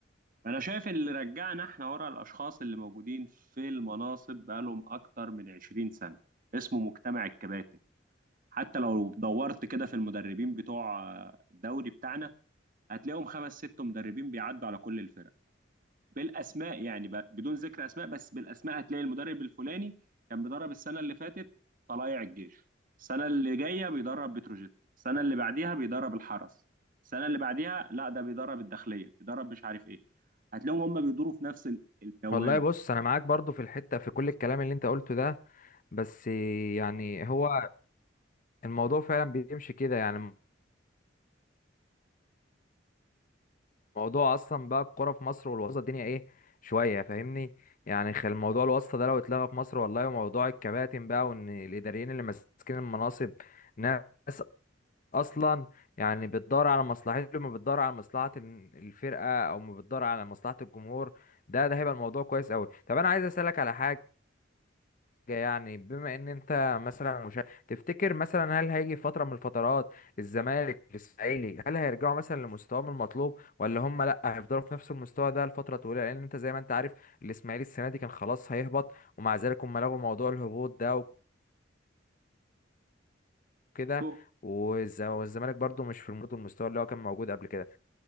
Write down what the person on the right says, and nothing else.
أنا شايف اللي رجعنا احنا ورا الأشخاص اللي موجودين في المناصب بقالهم أكتر من 20 سنة اسمه مجتمع الكباتن حتى لو دورت كده في المدربين بتوع آه، الدوري بتاعنا هتلاقيهم خمس ست مدربين بيعدوا على كل الفرق بالاسماء يعني ب- بدون ذكر اسماء بس بالاسماء هتلاقي المدرب الفلاني كان بيدرب السنه اللي فاتت طلائع الجيش السنه اللي جايه بيدرب بتروجيت السنه اللي بعديها بيدرب الحرس السنه اللي بعديها لا ده بيدرب الداخليه بيدرب مش عارف ايه هتلاقيهم هم بيدوروا في نفس ال- الدوامه
شوف